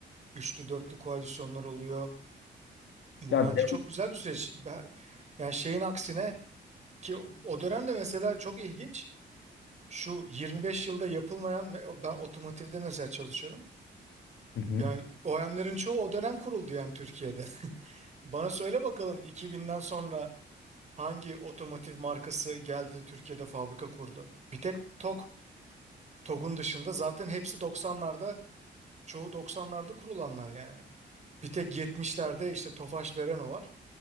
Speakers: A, on the right; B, on the left.
A: Üçlü dörtlü koalisyonlar oluyor. Bu
B: Ya
A: bence
B: de-
A: çok güzel bir süreç. Ben- Yani şeyin aksine ki o o dönemde mesela çok ilginç. Şu 25 yılda yapılmayan ben otomotivde mesela çalışıyorum.
B: Hı hı.
A: Yani o OEM'lerin çoğu o dönem kuruldu yani Türkiye'de. <laughs> Bana söyle bakalım 2000'den sonra hangi otomotiv markası geldi de Türkiye'de fabrika kurdu? Bir tek TOG. TOG'un dışında zaten hepsi 90'larda, çoğu 90'larda kurulanlar yani. Bir tek 70'lerde işte Tofaş Vereno var.